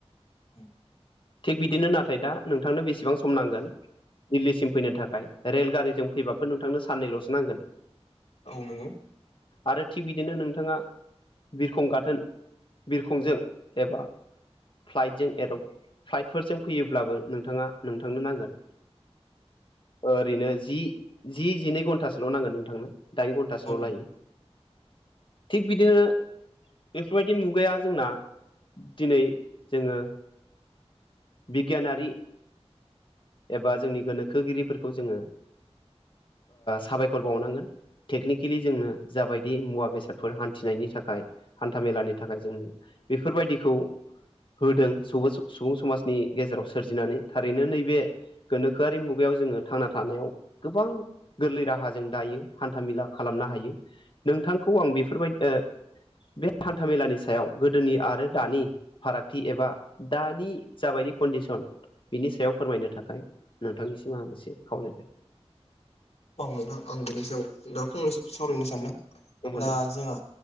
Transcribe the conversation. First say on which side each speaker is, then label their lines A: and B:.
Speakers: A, on the left; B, on the left.
A: औ
B: थिग बिदिनो नाथाय दा नोंथांनो बेसेबां सम नांगोन दिल्लीसिम फैनो थाखाय रेलगारिजों फैबाबो नोंथांनो साननैल'सो नांगोन।
A: औ नंगौ।
B: आरो थिग बिदिनो नोंथाङा बिरखं गाथोन बिरखंजों एबा फ्लाइटजों ए फ्लाइटफोरजों फैयोब्लाबो नोंथाङा नोंथांनो नांगोन। ओरैनो जि जि जिनै घन्टासोल' नांगोन नोंथांनो दाइन घन्टासोल'
A: औ
B: लायो। थिग बिदिनो बेफोरबायदि मुगाया जोंना दिनै जोङो बिगियानारि एबा जोंनि गोनोखोगिरिफोरखौ जोङो साबायखर बावनांगोन। टेकनिकेलि जोंनो जाबायदि मुवा बेसादफोर हान्थिनायनि थाखाय हान्थाामेलानि थाखाय जोंनो बेफोरबायदिखौ होदों स सुबुं समाजनि गेजेराव सोरजिनानै थारैनो नैबे गोनोखोआरि मुगायाव जोङो थांना थानायाव गोबां गोरलै राहाजों दायो हान्थामेला खालामनो हायो नोंथांखौ आं बेफोरबायदि ओं बे हान्था मेलानि सायाव गोदोनि आरो दानि फारागथि एबा दानि जाबायदि कन्डिसन बिनि सायाव फोरमायनो थाखाय नोंथांनिसिम आं एसे खावलायबाय।
A: बावनोां आं बिनि सायाव दा फंनैसो सावरायनो सानदों
B: नंगौ
A: दा
B: नोंथां
A: जोंहा